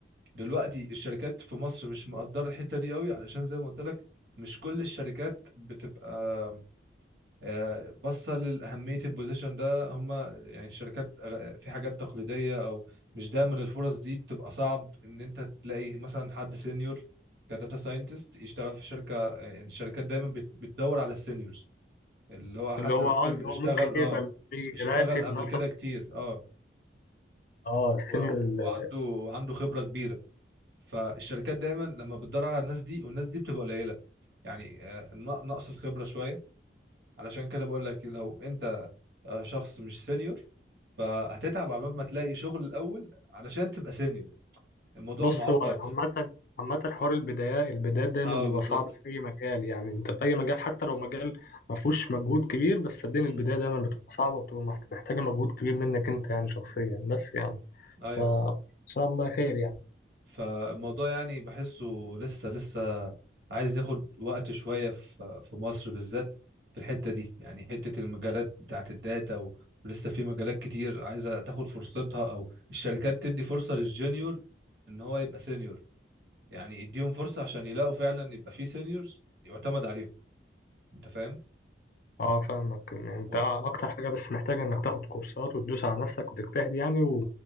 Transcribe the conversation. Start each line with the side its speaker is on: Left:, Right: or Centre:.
Right: دلوقتي الشركات في مصر مش مقدره الحته دي قوي علشان زي ما قلت لك مش كل الشركات بتبقى آه، باصه لاهميه البوزيشن ده هم يعني الشركات آه، في حاجات تقليديه او مش دايما الفرص دي بتبقى صعب ان انت تلاقي مثلا حد سينيور كداتا ساينتست يشتغل في شركه يعني الشركات دايما بت- بتدور على السينيورز اللي هو حد
Left: اللي هو
Right: راجل
Left: اه اللي هو
Right: اشتغل
Left: ممكن
Right: اه
Left: يقبل
Right: اشتغل
Left: براتب
Right: قبل
Left: مثلا
Right: كده كتير اه
Left: اه السينيور
Right: و- وعنده وعنده خبرة كبيرة فالشركات دايما لما بتدور على الناس دي والناس دي بتبقى قليلة يعني آه، ن- نقص الخبرة شوية علشان كده بقول لك لو انت آه، شخص مش سينيور فهتتعب عبال ما تلاقي شغل الأول علشان تبقى سينيور الموضوع
Left: بص
Right: معقد
Left: هو عامة عامة حوار البداية البدايات دايما
Right: اه
Left: بيبقى
Right: بالظبط
Left: صعب في أي مجال يعني أنت في أي مجال حتى لو مجال ما فيهوش مجهود كبير بس صدقني
Right: مم.
Left: البداية دايما بتبقى صعبة وبتبقى محت- محتاجة مجهود كبير منك أنت يعني شخصيا بس يعني
Right: ايوه
Left: فإن شاء الله خير يعني
Right: فالموضوع يعني بحسه لسه لسه عايز ياخد وقت شوية في في مصر بالذات في الحتة دي يعني حتة المجالات بتاعت الداتا و- ولسه في مجالات كتير عايزة تاخد فرصتها أو الشركات تدي فرصة للجونيور إن هو يبقى سينيور يعني يديهم فرصة عشان يلاقوا فعلا يبقى في سينيورز يعتمد عليهم أنت فاهم؟
Left: أه فاهمك إن أنت
Right: و-
Left: أكتر حاجة بس محتاجة إنك تاخد كورسات وتدوس على نفسك وتجتهد يعني و...